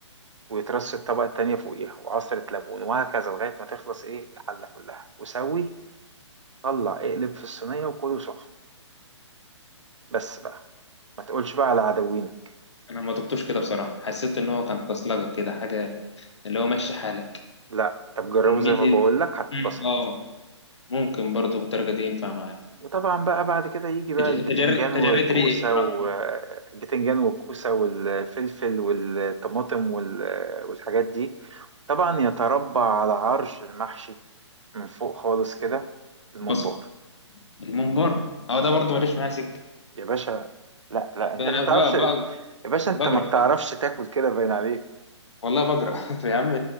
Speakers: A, on the right; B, on the left.
A: ويترش الطبقة التانية فوقيها وعصرة ليمون وهكذا لغاية ما تخلص إيه الحلة كلها وسوي طلع اقلب في الصينية وكله سخن بس بقى ما تقولش بقى على عدوينك
B: انا ما دقتوش كده بصراحه حسيت ان هو كان فصلجه كده حاجه اللي هو ماشي حالك
A: لا طب جربه
B: الميدي
A: زي ما بقول لك
B: مم.
A: هتتبسط
B: اه ممكن برضو بالدرجه دي ينفع معايا
A: وطبعا بقى بعد كده يجي بقى
B: تج-
A: البتنجان
B: تجر...
A: والكوسة
B: تجريت ريقي بصراحه
A: والبتنجان
B: مم.
A: والكوسة والفلفل والطماطم وال- والحاجات دي طبعا يتربع على عرش المحشي من فوق خالص كده الممبار
B: بصل الممبار اه ده برضو ماليش معاه سكه
A: يا باشا لا لا انت
B: انا
A: ما بتعرفش
B: ب... ب...
A: يا باشا انت
B: بجرى
A: ما بتعرفش تاكل كده باين عليك
B: والله بجرى <laughs> يا عم